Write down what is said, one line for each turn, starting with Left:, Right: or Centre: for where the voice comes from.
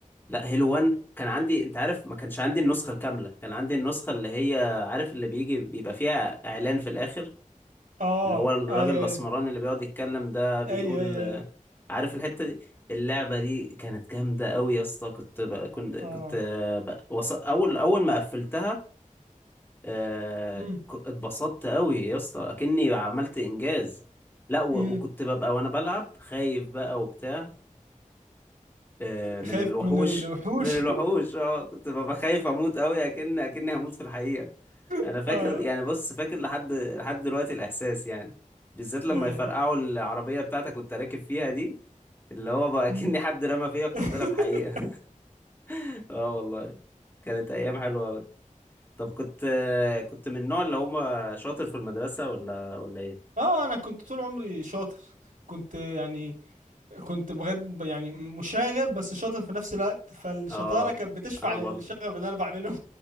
Left: لا هيلو 1 كان عندي انت عارف ما كانش عندي النسخة الكاملة كان عندي النسخة اللي هي عارف اللي بيجي بيبقى فيها اعلان في الاخر
Right: اه
Left: اللي هو الراجل
Right: اي
Left: الاسمراني
Right: اي
Left: اللي بيقعد يتكلم ده بيقول
Right: اي اي
Left: آه،
Right: اي
Left: عارف الحتة دي اللعبة دي كانت جامدة قوي يا اسطى كنت ب... كنت
Right: اه
Left: كنت آه، ب... وص... اول اول ما قفلتها آه،
Right: امم
Left: ك- اتبسطت قوي يا اسطى اكني عملت انجاز لا و-
Right: امم
Left: وكنت ببقى وانا بلعب خايف بقى وبتاع آه، من
Right: خايف
Left: الوحوش
Right: من الوحوش
Left: <laughs> من الوحوش اه كنت ببقى خايف اموت قوي اكن اكني هموت في الحقيقة
Right: <laughs>
Left: انا فاكر
Right: اه
Left: يعني بص فاكر لحد لحد دلوقتي الاحساس يعني بالذات لما
Right: آه.
Left: يفرقعوا العربية بتاعتك كنت راكب فيها دي اللي هو بقى اكني
Right: أمم.
Left: حد رمى فيا قنبلة
Right: <laughs>
Left: بحقيقة <laughs> اه والله كانت ايام حلوة أوي. طب كنت كنت من النوع اللي هما شاطر في المدرسة ولا ولا ايه
Right: اه انا كنت طول عمري شاطر كنت يعني كنت بجد يعني مشاغب بس شاطر في نفس الوقت فالشطاره
Left: اه
Right: كانت بتشفع
Left: انا
Right: للشغب
Left: برضو
Right: اللي انا بعمله